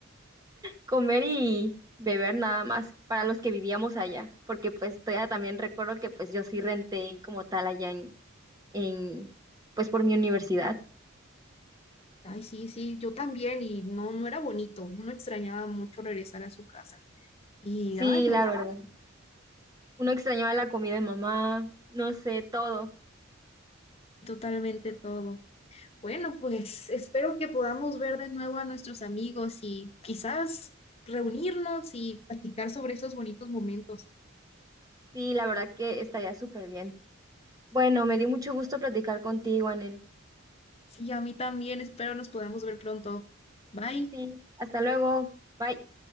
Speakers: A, on the right; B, on the left.
A: comer y beber nada más para los que vivíamos allá, porque pues todavía también recuerdo que pues yo sí renté como tal allá en, en pues por mi universidad.
B: Ay, sí, sí, yo también y no, no era bonito, no me extrañaba mucho regresar a su casa. Y
A: Sí,
B: ay, no,
A: la verdad. Uno extrañaba la comida de mamá, no sé, todo.
B: totalmente todo. Bueno, pues espero que podamos ver de nuevo a nuestros amigos y quizás reunirnos y platicar sobre esos bonitos momentos.
A: Sí, la verdad que estaría súper bien. Bueno, me dio mucho gusto platicar contigo, Anel.
B: Sí, a mí también, espero nos podamos ver pronto. Bye.
A: Sí, hasta luego. Bye.